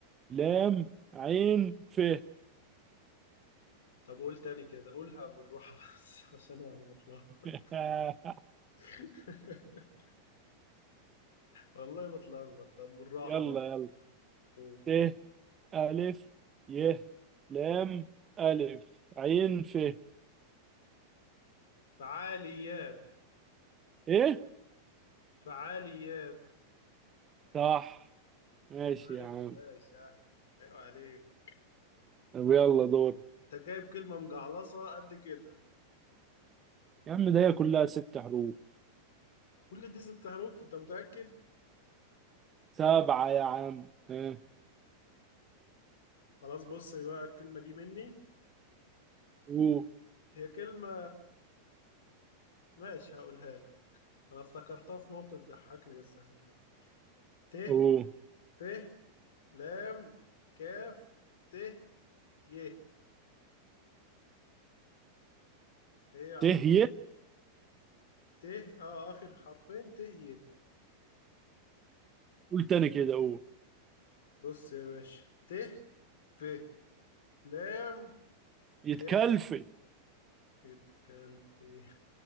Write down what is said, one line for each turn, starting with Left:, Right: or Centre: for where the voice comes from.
Right: لام عين ف
Left: طب قول تاني كده قولها بالراحة بس <laughs> عشان أنا بتلخبط
Right: <laughs>
Left: <laughs> والله بتلخبط طب بالراحة
Right: يلا
Left: بس
Right: يلا
Left: قول
Right: ت ألف ي لام ألف عين ف إيه
Left: فعاليات
Right: إيه؟
Left: فعاليات
Right: صح ماشي
Left: عيب عليك
Right: يا عم
Left: يا باشا عيب عليك
Right: طب يلا دور
Left: أنت جايب كلمة مجعلصة قد كده
Right: يا عم ده هي كلها ست حروف
Left: كل دي ست حروف أنت متأكد؟
Right: سبعة يا عم ها
Left: خلاص بص بقى الكلمة دي مني
Right: أو
Left: هي كلمة ماشي هقولها لك أنا افتكرتها في موقف ضحكني بس هقولها لك ت
Right: أو
Left: ف لام كاف ت ي هي عرفت
Right: ت ي
Left: ت اه اخر حرفين ت ي
Right: قول تاني كده أو
Left: بص يا باشا ت ف لام
Right: يتكلفت
Left: كاف يتكل في